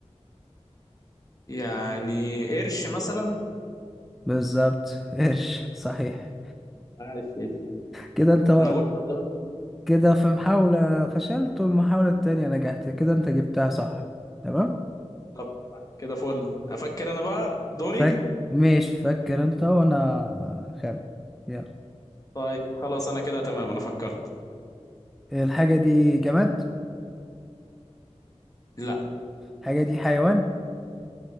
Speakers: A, on the left (about 30°); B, in the centre.
A: يعني قرش مثلا
B: بالظبط قرش صحيح
A: عايش يا سيدي.
B: كده انت
A: انا قلت واحدة بس
B: كده في محاولة فشلت والمحاولة التانية نجحت كده انت جبتها صح تمام
A: طب كده فل افكر انا بقى دوري
B: فك ماشي فكر انت وانا خام يلا
A: طيب خلاص انا كده تمام انا فكرت
B: الحاجة دي جماد
A: لا
B: الحاجة دي حيوان